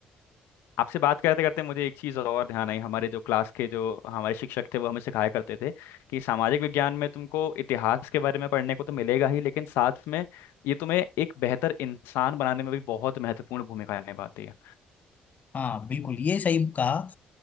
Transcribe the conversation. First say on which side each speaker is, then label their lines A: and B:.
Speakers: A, on the left; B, on the left.
A: आपसे बात करते करते मुझे एक चीज़ और ध्यान आई हमारे जो क्लास के जो हमारे शिक्षक थे वो हमें सिखाया करते थे कि सामाजिक विज्ञान में तुमको इतिहास के बारे में पढ़ने को तो मिलेगा ही लेकिन साथ में ये तुम्हें एक बेहतर इंसान बनाने में भी बहुत महत्वपूर्ण भूमिका निभाती है
B: हाँ बिल्कुल ये सही कहा अ,